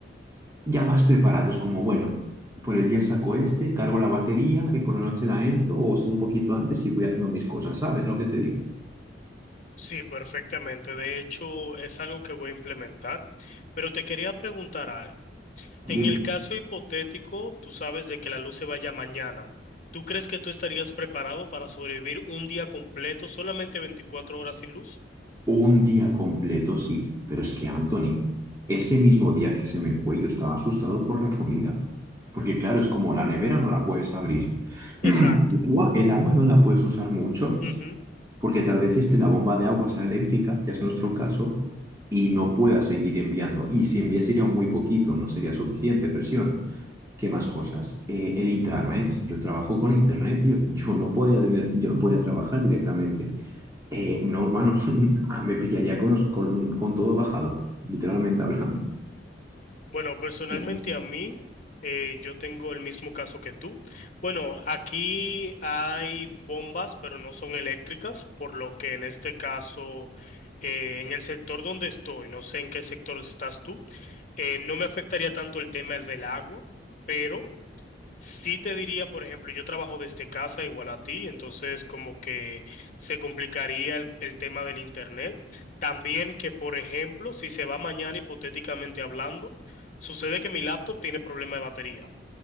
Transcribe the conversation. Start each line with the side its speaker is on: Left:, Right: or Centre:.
Right: ya vas preparados como, bueno, por el día saco este, cargo la batería y por la noche la entro o un poquito antes y voy haciendo mis cosas, ¿sabes lo que te digo?
Left: Sí, perfectamente. De hecho, es algo que voy a implementar. Pero te quería preguntar algo.
Right: Dime.
Left: En el caso hipotético, tú sabes de que la luz se vaya mañana. ¿Tú crees que tú estarías preparado para sobrevivir un día completo, solamente 24 horas sin luz?
Right: Un día completo, sí, pero es que Anthony, ese mismo día que se me fue, yo estaba asustado por la comida. Porque claro, es como la nevera no la puedes abrir.
Left: Exacto.
Right: <clears throat> El agua, el agua no la puedes usar mucho
Left: Ujú.
Right: porque tal vez esté la bomba de agua sea eléctrica, que es nuestro caso, y no pueda seguir enviando. Y si envía sería muy poquito, no sería suficiente presión. ¿Qué más cosas? Eh, el internet. Yo trabajo con internet, tío. <laughs> Yo no podía tener, yo no podía trabajar directamente. Eh, no, hermano, <laughs> ah, me pillaría con los, con, con todo bajado, literalmente hablando.
Left: Bueno, personalmente
Right: Ya.
Left: a mí, eh, yo tengo el mismo caso que tú. Bueno, aquí hay bombas, pero no son eléctricas, por lo que en este caso, eh, en el sector donde estoy, no sé en qué sector estás tú, eh, no me afectaría tanto el tema del agua, pero... Sí te diría, por ejemplo, yo trabajo desde casa igual a ti, entonces como que se complicaría el, el tema del internet. También que, por ejemplo, si se va mañana hipotéticamente hablando, sucede que mi laptop tiene problema de batería.